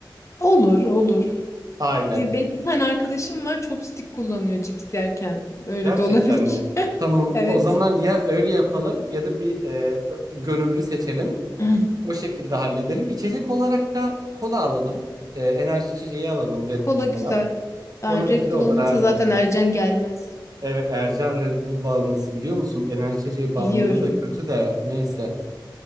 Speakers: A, on the left; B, on the right.
A: Olur olur.
B: Aynen.
A: Bir- Benim bir tane arkadaşım var chopstick kullanıyor cips yerken. Öyle
B: Gerçekten
A: de olabilir.
B: mi?
A: <laughs>
B: Tamam.
A: Evet.
B: O zaman ya öyle yapalım ya da bir e, ö- gönüllü seçelim.
A: <clears throat>
B: O şekilde halledelim. İçecek olarak da kola alalım. Ee, enerji içeceği alalım Red
A: Kola
B: Bull falan.
A: güzel. Ay,
B: Kola güzel
A: Red Bull
B: olur
A: olmasa
B: aynen.
A: zaten Ercan gelmez.
B: Evet Ercan Red Bull bağımlısı biliyor musun? Enerji içeceği bağımlılığı
A: Biliyorum.
B: da kötü de neyse.